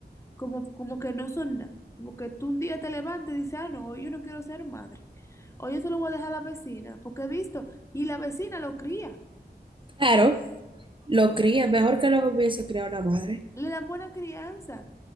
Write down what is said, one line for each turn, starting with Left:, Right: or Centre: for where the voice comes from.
Left: como, como que no son nada. Como que tú un día te levantas y dices, ah, no, hoy yo no quiero ser madre. Hoy yo se lo voy a dejar a la vecina, porque he visto, y la vecina lo cría,
Right: Claro, lo cría, mejor que lo hubiese criado una madre.
Left: le dan buena crianza.